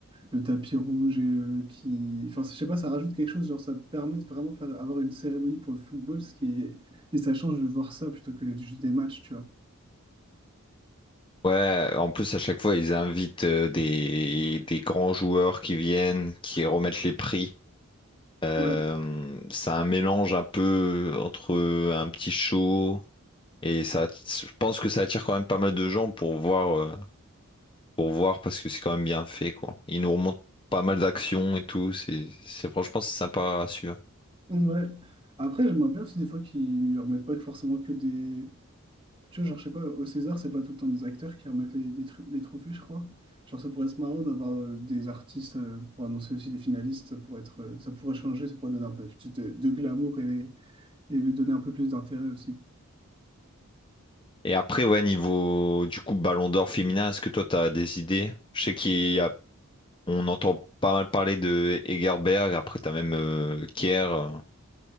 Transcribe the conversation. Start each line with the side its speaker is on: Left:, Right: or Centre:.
Right: le tapis rouge et euh, qui. Enfin, je sais pas, ça rajoute quelque chose, genre ça permet de vraiment faire avoir une cérémonie pour le football, ce qui est... Et ça change de voir ça plutôt que juste des matchs, tu vois.
Left: Ouais, en plus à chaque fois ils invitent euh, des, des grands joueurs qui viennent, qui remettent les prix. Euh,
Right: Ouais.
Left: c'est un mélange un peu entre un petit show et ça, je pense que ça attire quand même pas mal de gens pour voir, euh, pour voir parce que c'est quand même bien fait quoi. Ils nous remontent pas mal d'actions et tout, c'est, c'est franchement c'est sympa à suivre.
Right: Ouais. Après, j'aimerais bien aussi des fois qu'ils remettent pas que forcément que des. Tu vois, genre, je sais pas, au César, c'est pas tout le temps des acteurs qui remettent les, les, tru- les trophées, je crois. Genre, ça pourrait être marrant d'avoir euh, des artistes euh, pour annoncer aussi les finalistes, ça pourrait être, euh, ça pourrait changer, ça pourrait donner un peu plus de, de glamour et, et donner un peu plus d'intérêt aussi.
Left: Et après ouais niveau du coup Ballon d'Or féminin, est-ce que toi t'as des idées? Je sais qu'il y On entend pas mal parler de Egerberg, après t'as même euh, Kier, euh,